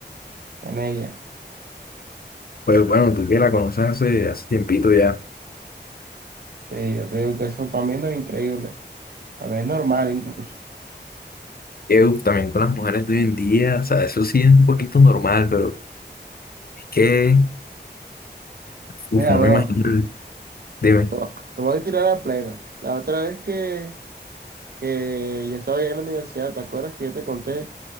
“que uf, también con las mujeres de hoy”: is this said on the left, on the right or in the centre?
Left